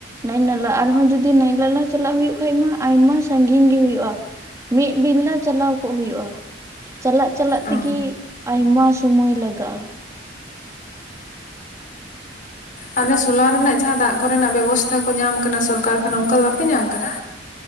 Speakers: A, on the right (about 15°); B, on the left (about 45°).
A: ᱱᱟᱹᱭ ᱱᱟᱞᱟ ᱟᱨᱦᱚᱸ ᱡᱤᱫᱤ ᱱᱟᱹᱭ ᱱᱟᱞᱟ ᱪᱟᱞᱟᱜ ᱦᱩᱭᱩᱜ ᱠᱷᱟᱱ ᱢᱟ ᱟᱭᱢᱟ ᱥᱟᱺᱜᱤᱧ ᱜᱮ ᱦᱩᱭᱩᱜᱼᱟ ᱾ ᱢᱤᱫ ᱵᱤᱞᱟ ᱪᱟᱞᱟᱣ ᱠᱚᱜ ᱦᱩᱭᱩᱜᱼᱟ ᱪᱟᱞᱟᱜ ᱪᱟᱞᱟᱜ
B: ᱚ
A: ᱛᱤᱜᱤ ᱟᱭᱢᱟ ᱥᱚᱢᱚᱭ ᱞᱟᱜᱟᱜᱼᱟ ᱾
B: ᱟᱨ ᱚᱱᱮ ᱥᱳᱞᱟᱨ ᱨᱮᱱᱟᱜ ᱡᱟᱦᱟᱸ ᱫᱟᱜ ᱠᱚᱨᱮᱱᱟᱜ ᱵᱮᱵᱚᱥᱛᱷᱟ ᱠᱚ ᱧᱟᱢ ᱠᱟᱱᱟ ᱥᱚᱨᱠᱟᱨ ᱠᱷᱚᱱᱟᱜ ᱚᱱᱠᱟ ᱫᱚ ᱵᱟᱯᱮ ᱧᱟᱢ ᱟᱠᱟᱫᱟ?